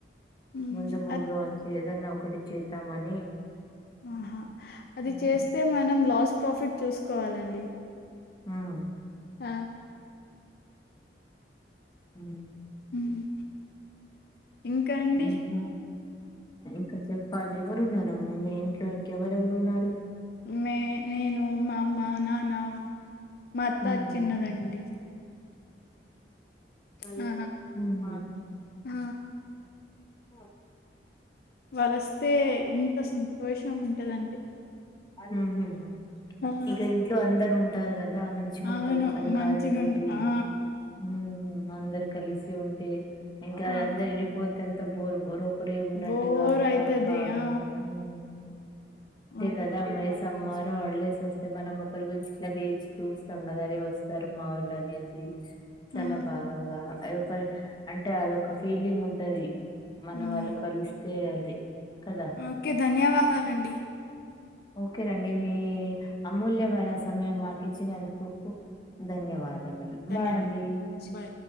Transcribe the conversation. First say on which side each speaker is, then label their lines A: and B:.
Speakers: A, on the left; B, on the left.
A: ఉమ్
B: ముందు ముందు
A: అద్
B: వచ్చి ఏదన్నా ఒకటి చేద్దామని.
A: ఆహా అది
B: మ్మ్
A: చేస్తే మనం లాస్ ప్రాఫిట్ చూసుకోవాలండి.
B: ఉహ్
A: ఆ
B: ఉహ్
A: ఉహ్ ఇంకా అండి.
B: ఇంకా ఇంకా చెప్పాలి. ఎవరున్నారమ్మ మీ ఇంట్లో ఇంకెవరెవరు ఉన్నారు.
A: మే నేను, మా అమ్మ, నాన్న. మాంత్త
B: మ్మ్
A: చిన్నదండి.
B: ఉహు్
A: ఆ ఆ
B: ఓ
A: వెళ్ళొస్తే ఇంత సంతోషం ఉంటదంటే
B: ఊహుహు్
A: అవునా?
B: ఇంకా ఇంట్లో అందరు ఉంటారు గద్ దా మంచిగుంటది.
A: అవును
B: కలి
A: మంచిగుండు
B: కార్య తోటి
A: ఆ
B: హుమ్మ్ మందరు కలిసి ఉంటే ఇంకా
A: ఆ
B: అందరు ఏళ్ళిపోతే అంత బోర్ బో ప్పురే ఉన్నట్టుగా
A: బోర్
B: అంతా
A: అయితది
B: బాగా
A: ఆ
B: అనిపింత్ ఉహ్
A: ఆ
B: కదా మరి సమ్మారు హాలిడేస్ వస్తే, మనం ఒకరి గురించి ఇట్లా వేచి చూస్తాం కదా, అరే వస్తారు మా ఓల్ అనేసి. చాలా
A: ఆ.
B: బాగాగా అ ఒకర అంటే అదొక ఫీలింగ్ ఉంటది. మన
A: ఉమ్,
B: వాళ్ళు కలిస్తే అది. కదా
A: ఓకే ధన్యవాదాలండి.
B: ఓకేనండి, మీ అమూల్యమైన సమయం మాకు ఇచ్చినందుకు ధన్యవాదములు
A: ధన్యవాదాలు
B: బాయ్ అండి.
A: బాయ్